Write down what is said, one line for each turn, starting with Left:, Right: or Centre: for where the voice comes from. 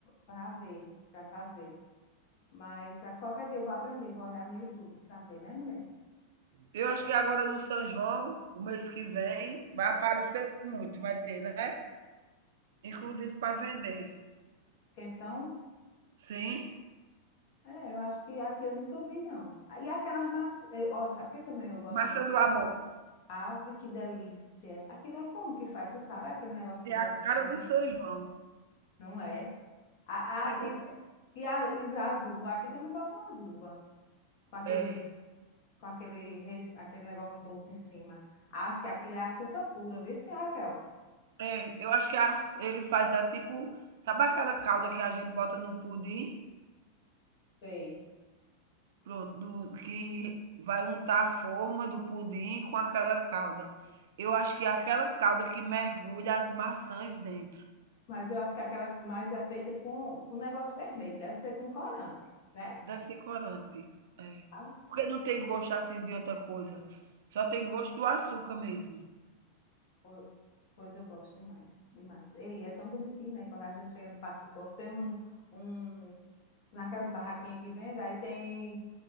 Left: para ver, para fazer. Mas a qualquer dia eu vou aprender, vou olhar no YouTube para ver, né, mulher?
Right: Eu acho que agora no São João, o mês que vem, vai aparecer muito, vai ter, né, inclusive para vender.
Left: Quentão,
Right: Sim,
Left: é, eu acho que aqui eu nunca vi, não. E aquelas maçãs, olha, sabe o que também eu gosto
Right: maçã
Left: de
Right: do amor,
Left: Ave, que delícia. Aquilo é como que faz, tu sabe? Aquele negócio que
Right: é
Left: bota
Right: a
Left: em
Right: cara
Left: cima.
Right: do São João.
Left: Não é? A,
Right: Pega
Left: a, aqui, e a, e as uvas. Aqui também botam as uvas. Com aquele,
Right: é,
Left: com aquele, res- aquele negócio doce em cima. Acho que aquilo é açúcar puro. Vê se, Raquel.
Right: é, eu acho que a ele faz a tipo sabe aquela calda que a gente bota no pudim?
Left: Sei.
Right: Pronto, do que vai untar a forma do pudim com aquela calda. Eu acho que é aquela calda que mergulha as maçãs dentro.
Left: Mas eu acho que aquela mais é feita com, com negócio vermelho. Deve ser com corante, né?
Right: Deve ser corante, é.
Left: Ah,
Right: Porque não tem gosto, assim, de outra coisa, só tem gosto do açúcar mesmo.
Left: po- pois eu gosto demais, demais. Ei, é tão bonitinho, né? Quando a gente chega no Parque do Povo, tem um... um naquelas barraquinhas que vende, aí tem